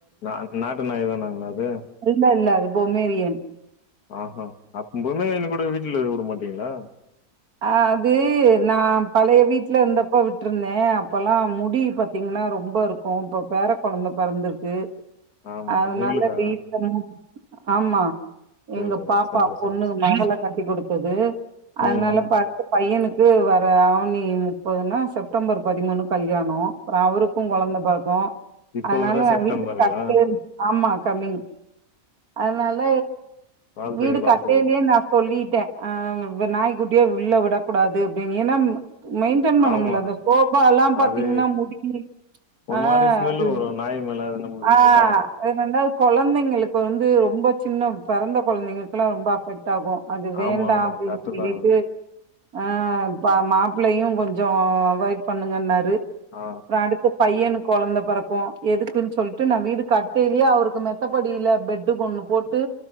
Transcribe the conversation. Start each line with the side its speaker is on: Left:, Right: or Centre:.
Left: நா நாட்டு நாய் தான நம்மல்து
Right: இல்ல இல்ல அது பொமேரியன்
Left: ஆஹா அப்ப பொமேரியன கூட வீட்டுல விட மா <inaudible> டிங்களா
Right: ஆஹ் அது நா பழைய வீட்ல இந்தப்ப விட்ருந்தே அப்பல்லா முடி பாத்தீங்கன்னா ரொம்பருக்கு இப்ப பேர கொழந்த பெறந்திருக்கு
Left: ஆமா
Right: அதனால
Left: உங்களுக்கா
Right: வீட்ட மு ஆமா
Left: சேரிங்க
Right: எங்க பாப்பா
Left: சந்தோஷம்
Right: பொண்ணு மகள கட்டி கொடுத்தது அதனால
Left: ம் ம்
Right: பையனுக்கு வர ஆவணி முப்பதுன்னா செப்டம்பர் பதிமூணு கல்யாணோ அப்புற அவருக்கு குழந்த பொறக்கு
Left: இப்போ
Right: அதனால
Left: வர செப்டம்பருங்களா
Right: வீடு கட்ட ஆமா கமி அதனால
Left: வாழ்த்துக்கள்
Right: வீடு
Left: வாழ்த்துக்கள்
Right: கட்டையலயே நா சொல்லிட்டே ஆஹ் வி நாய் கு அப்டியே உள்ள விடக்கூடாது அப்டின் ஏன்னா மெயின்டென் பண்ணும்ல
Left: ஆமா
Right: அந்த சோபால்லா பாத்தீங்கன்னா
Left: அது
Right: முடி
Left: ஒரு
Right: அஹ்
Left: மாரி ஸ்மெல்லு
Right: அது
Left: வரு நாய் மேல அது நம்மளுக்கு
Right: ஆஹ்
Left: செட் ஆவாது
Right: ரெண்டாவது குழந்தைங்களுக்கு வந்து ரொம்ப சின்ன பெறந்த குழந்தைங்களுக்கெல்லா ரொம்ப அபெக் ஆகு அது வேண்டா
Left: ஆமா ஆமா
Right: அப்டின்
Left: கரெக்ட்டு
Right: சொல்லிட்டு
Left: தா அது
Right: ஆஹ் இப்ப மாப்பிள்ளையு கொஞ்சோ அவாய்ட் பண்ணுங்கன்னாரு
Left: ஆ
Right: அடுத்து பையனுக் கொழந்த பொறக் கு எதுக்குன் சொல்ட்டு நா வீடு கட்டையிலயே அவருக்கு மெத்தப்படியில பெட்டு ஒண்ணு போட்டு